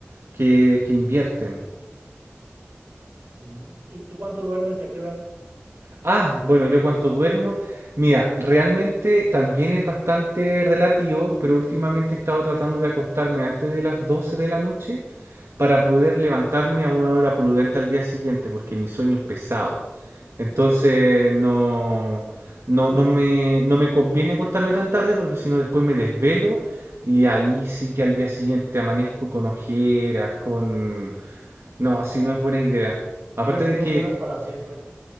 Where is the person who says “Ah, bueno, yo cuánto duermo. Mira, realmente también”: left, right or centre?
Right